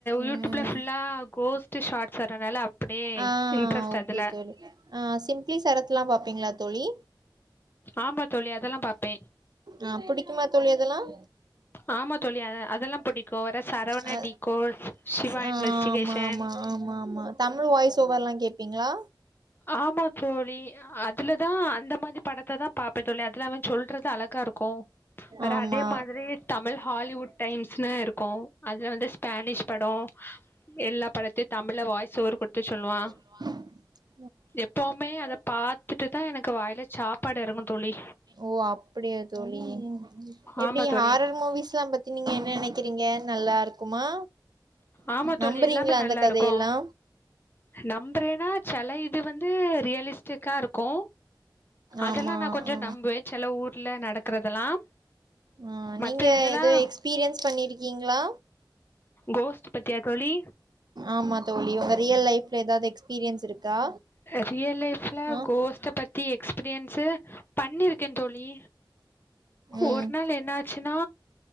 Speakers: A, on the right; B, on the left.
A: ம்
B: யூடியூப்ல ஃபுல்லா கோஸ்ட்டு ஷார்ட்ஸ் வர்றதுனால அப்படியே
A: ஆ
B: இன்ட்ரெஸ்ட்
A: ஓகே
B: அதுல
A: தோழி ஆ சிம்ப்ளி சரத்தெலாம் பாப்பீங்களா தோழி
B: ஆமா தோழி அதெல்லாம் பாப்பே
A: ஆ புடிக்குமா தோழி அதெல்லாம்
B: ஆமா தோழி அ அதெல்லாம் புடிக்கும் ஒர சரவண
A: அ
B: டிக்கோர்ஸ் சிவா
A: ஸ் ஆமா
B: இன்வெஸ்டிகேஷன்
A: ஆமா ஆமா ஆமா தங்க வாய்ஸ் ஓவரெல்லாம் கேப்பீங்களா
B: ஆமா தோழி எ அதுல தான் அந்த மாதிரி படத்த தான் பாப்பேன் தோழி அதுல்ல அவன் சொல்றது அழகா இருக்கு அப்புற
A: ஆமா
B: அதே மாதிரி தமிழ் ஹாலிவுட் டைம்ஸ்னுு இருக்கும் அதுல வந்து ஸ்பெனிஷ் படோ எல்லா படத்தையும் தமிழ்ல வாய்ஸ் ஓவர் குடுத்துச் சொல்லுவான்
A: வாய்ஸ் <unintelligible>
B: எப்பவுமே அத பாத்துட்டு தா எனக்கு வாய்லச் சாப்பாடு எறங்கும் தோழி
A: ஓ அப்படியா தோழி எப்புடி
B: ஆமா தோழி
A: ஹாரர் மூவிஸெல்லாம் பத் நீங்க என்ன நினைக்குறிங்க நல்லா இருக்குமா
B: ஆமா தோழி
A: நம்புறீங்களா
B: எல்லாமே நல்லா
A: அந்த கதையெல்லா
B: இருக்கும் நம்புறேன்னா சில இது வந்து ரியலிஸ்டிக்கா இருக்கு அதெல்லா
A: ஆமா
B: நா கொஞ்ச
A: ஆ
B: நம்புவேன் சில ஊர்ல நடக்கறதெல்லாம்
A: ஆ நீங்க
B: மத்த இதெல்லாம்
A: எதோ எக்ஸ்பீரியன்ஸ் பண்ணிருக்கீங்களா
B: கோஸ்து பத்தியா தோழி
A: ஆமா தோழி உங்க ரியல் லைஃப்ல ஏதாவது எக்ஸ்பீரியன்ஸ் இருக்கா
B: ரியல் லைஃப்ல
A: ஆ
B: கோஸ்ட்ட பத்தி எக்ஸ்பீரியன்சு பண்ணிருக்கேன் தோழி
A: ம்
B: ஒரு நாள் என்ன ஆச்சுன்னா